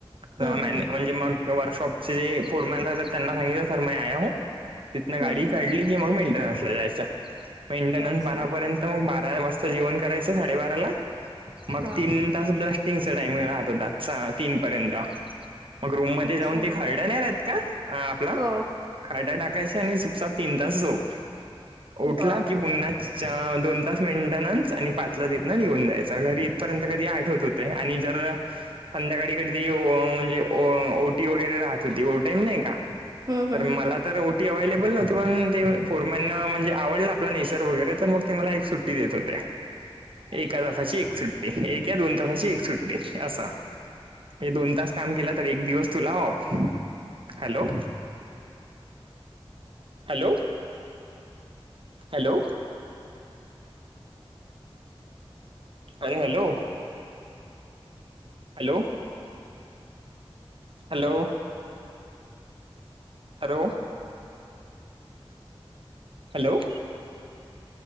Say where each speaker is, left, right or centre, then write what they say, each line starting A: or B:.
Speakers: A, on the right; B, on the right.
A: हं,
B: अ मॅन
A: हं.
B: म्हणजे मग वर्कशॉपचे जे फोरमॅन राहतात त्यांना सांगितलं सर मे आया हु तिथन गाडी
A: हं, हं.
B: काढली की मग मेंटेनन्स ला जायचं मेंटेनन्स
A: अच्छा.
B: भरा पर्यंत मग मस्त जेवण करायच साडेबाराला मग
A: हां.
B: तीन तास ब्लास्टिंगच टाइमिंग राहत होता स तीन पर्यंत. मग रूम मध्ये
A: अच्छा.
B: जाऊन ते <unintelligible> का आपला.
A: हो.
B: खाडा टाकायच्या आणि सुपसाप तीन तास झोप उठला
A: बापरे!
B: की पुन्हा च दोन तास मीनटनन्स आणि पाचला तिथन निघून जायचं घरी इथपर्यंत कधी आठ होत होते आणि जर संध्याकाळी कधी ओ म्हणजे ओटी वगैरे राहत होती ओव्हरटाईम नाई का
A: हं, हं,
B: तर मला
A: हं.
B: तर ओ टी अवलेबल नव्हती पण ते फोरमॅन म्हणेवडला आपला नैसर वगैरे तर मग तेला एक सुट ी देत होते. एका तासाची एक सुट्टी एक या दोन तासाची एक सुट्टी असा. हे दोन तास काम केलं तर एक दिवस तुला ऑफ हॅलो.
A: ह.
B: हॅलो. हॅलो. अरे hello. Hello. Hello. Hello. Hello.